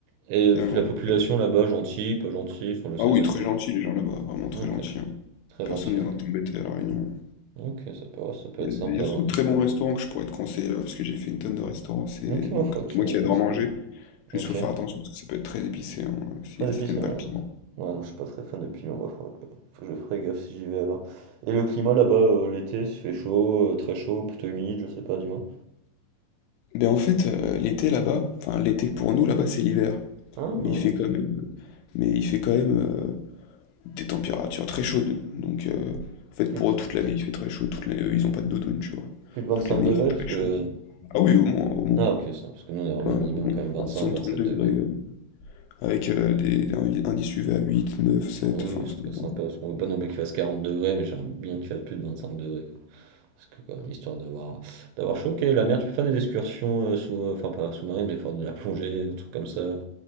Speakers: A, on the right; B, on the left.
A: Et euh,
B: Il y a vraiment
A: la
B: des
A: population
B: trucs à faire.
A: là-bas, gentille, pas gentille, enfin, je sais
B: Ah oui,
A: pas
B: très
A: si t'es-
B: gentils les gens là-bas, vraiment très
A: Ok,
B: gentils. hein.
A: très
B: Personne
A: gentil,
B: ne vient
A: ok.
B: t'embêter à La Réunion.
A: Ok, ça peut, ça peut
B: Il
A: être
B: y, a
A: sympa,
B: il y a surtout
A: ouais.
B: de très bons restaurants que je pourrais te conseiller là, parce que j'ai fait une tonne de restaurants. C'est
A: Ok, il
B: moi,
A: faudra
B: comme-
A: que tu
B: moi
A: me
B: qui
A: les conseilles.
B: adore manger, juste
A: Ok.
B: faut faire attention parce que ça peut être très épicé hein, si,
A: Très
B: si
A: épicé,
B: t'aimes
A: ouais.
B: pas le piment.
A: Ouais, non, je suis pas très fan de piment, bah, faudra que- faut que je ferai gaffe si j'y vais alors. Et le climat là-bas, euh, l'été, s'il fait chaud, euh, très chaud, plutôt humide, je sais pas, dis-moi.
B: Ben en fait, euh, l'été là-bas, enfin l'été
A: Mhm.
B: pour nous là-bas c'est l'hiver,
A: Ah,
B: mais il fait quand même, euh, mais il fait quand même euh, des températures très chaudes. Donc, euh, en fait,
A: plus
B: pour
A: de,
B: eux, toute l'année, il fait très chaud. Toute l'année, eux, ils ont pas de doudoune, tu vois.
A: plus de 25
B: Toute l'année,
A: degrés,
B: il fait très
A: parce que...
B: chaud. Ah oui, au moins, au moins.
A: Ah ok, ça, parce que nous on aimerait
B: Vingt-
A: bien minimum
B: au moins
A: quand même 25-27
B: 25, 30 degrés,
A: degrés.
B: euh,
A: quoi.
B: avec euh, des, des invi- indices UV à 8, 9, 7,
A: Ah oui,
B: enfin,
A: c'est
B: ça
A: très
B: dépend.
A: sympa, parce qu'on veut pas non plus qu'il fasse 40 degrés, mais j'aimerais bien qu'il fasse plus de 25 degrés, quoi. Parce que quand même, histoire d'avoir d'avoir chaud, ok, la mer, tu peux faire des excursions euh, sous... euh, Enfin, pas sous-marine, mais faire de la plongée, des trucs comme ça,